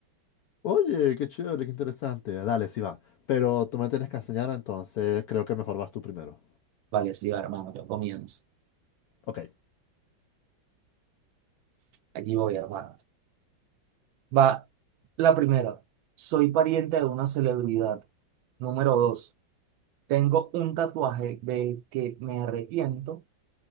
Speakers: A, on the left; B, on the right.
A: Oye, qué chévere, qué interesante. Dale, sí va. Pero tú me tienes que enseñar, entonces creo que mejor vas tú primero.
B: Vale, sí, va, hermano, yo comienzo.
A: Ok.
B: Aquí voy, hermano. Va la primera. Soy pariente de una celebridad. Número dos. Tengo un tatuaje del que me arrepiento.